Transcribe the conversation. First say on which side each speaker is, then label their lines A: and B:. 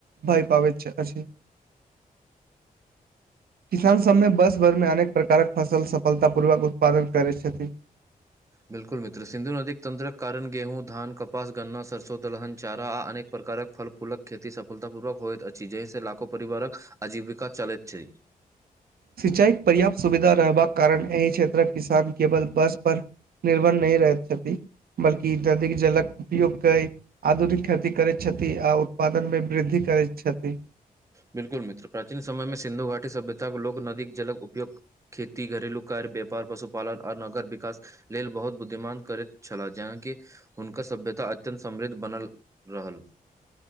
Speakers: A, on the right; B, on the right.
A: भय पाबैत अछि।
B: <inaudible>
A: किसान सबमें वर्ष भर में अनेक प्रकारक फसल सब सफलतापूर्वक उत्पादन करै छथिन।
B: बिल्कुल मित्र सिन्धु नदीक तंत्रक कारण गेहूँ, धान, कपास, गन्ना, सरसो, दलहन, चारा आ अनेक प्रकारक फल फूलक खेती सफलतापूर्वक होइत अछि जहिसँ लाखों परिवारक आजीविका चलैत छै।
A: सिंचाईक पर्याप्त सुविधा रहबाक कारण एहि क्षेत्रक किसान केवल बर्ष पर निर्भर नहि रहैत छथि बल्कि ददीक जलक उपयोग कै आधुनिक खेती करैत छथि आ उत्पादन में वृद्धि करैत छथि।
B: बिल्कुल मित्र प्राचीन समय में सिन्धु घाटी सभ्यताक लोक नदीक जलक उपयोग खेती, घरेलू कार्य, व्यापार, पशुपालन आर नगर विकास लेल बहुत बुद्धिमान करैत छलाह जहन कि हुनकर सभ्यता अत्यन्त समृद्ध बनल रहल।